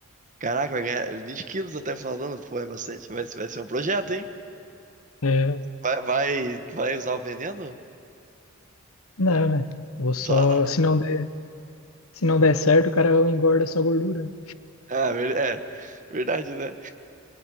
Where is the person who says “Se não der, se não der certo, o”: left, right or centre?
Left